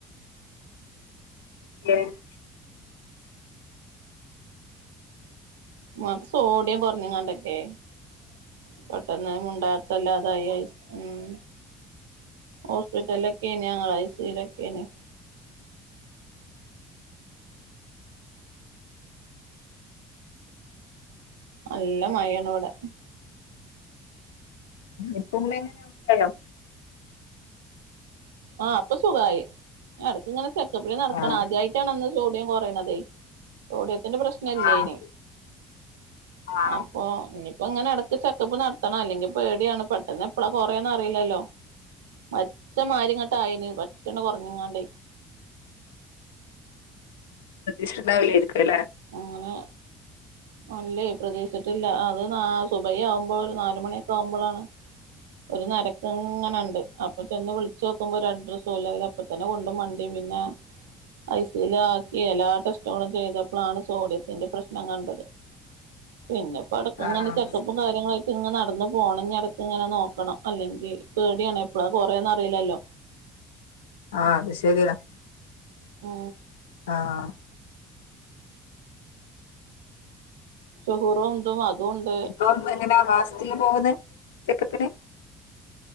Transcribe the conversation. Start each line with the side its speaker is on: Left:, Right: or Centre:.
Left: <inaudible>
Right: ഇമ്മക്ക് സോഡിയം കുറഞ്ഞെങ്ങണ്ടക്കേ പെട്ടെന്ന് മുണ്ടാട്ടയില്ലാതായി ഐ സ് മ് ഹോസ്പിറ്റലൊക്കെയാണ് ഞങ്ങള് ഐ സി യൂ ലൊക്കെയന് നല്ല മയയാണിവിടെ
Left: ഇപ്പ ഉമ്മ <unintelligible> ആയോ?
Right: ആഹ് അപ്പൊ സുഖായി എടക്കിങ്ങനെ ചെക്കപ്പിനു നടക്കണം
Left: ആഹ്
Right: ആദ്യായിട്ട് ണന്ന് സോഡിയം കൊറയണത് സൊഡിയത്തിന്റെ പ്രശ്നം ഇല്ലെന്
Left: ആഹ് ആഹ്
Right: അപ്പൊ ഇനിയിപ്പോ ഇങ്ങനെ ഇടക്ക് ചെക്കപ്പ് നടത്തണം അല്ലെങ്കി പേടിയാണ് പെട്ടെന്ന് എപ്പഴാ കൊറയാന്ന് അറിയില്ലല്ലോ മച്ച മാരി ഇങ്ങോട്ടായിന് പെട്ടന്ന് കൊറഞ്ഞിങ്ങാണ്ട്.
Left: ശ്രെദ്ധിച്ചോണ്ടാവൂലായിരിക്കും ലേ
Right: അങ്ങനെ അല്ലേ പ്രതീഷിച്ചിട്ടില്ല അത് നാ സുബൈ ആവുമ്പോൾ ഒരു നാലുമണിയൊക്കെ ആവുമ്പോഴാണ് ഒരു നരക്കിങ്ങനണ്ട് അപ്പൊ ചെന്ന് വിളിച്ചു നോക്കുമ്പോ ഒരു അഡ്രസ്സുല്ല അ അപ്പ തന്നെ കൊണ്ട് മണ്ടി പിന്നെ ഐ സി യൂ ല് ആ എല്ലാ ടെസ്റ്റുകളും ചെയ്തപ്പോഴാണ് സോഡിയത്തിന്റെ പ്രശ്നം കണ്ടത്. പിന്നെ പ്പാ ഇടക്ക് ഇങ്ങനെ
Left: ആഹ്
Right: ചെക്കപ്പും കാര്യങ്ങളായി ഇങ്ങ് നടന്ന് പോകണങ്കിലിടക്കിങ്ങനെ നോക്കണം അല്ലെങ്കിൽ പേടിയാണ് എപ്പോളാ കുറയുന്നേ അറിയില്ലല്ലോ
Left: ആഹ് അത് ശരിയാ
Right: മ്
Left: ആഹ്
Right: ഷുഗറും ധും അതുംണ്ട്
Left: അപ്പം എങ്ങനെയ മാസത്തില് പോകുന്നത് ചെക്കപ്പിന്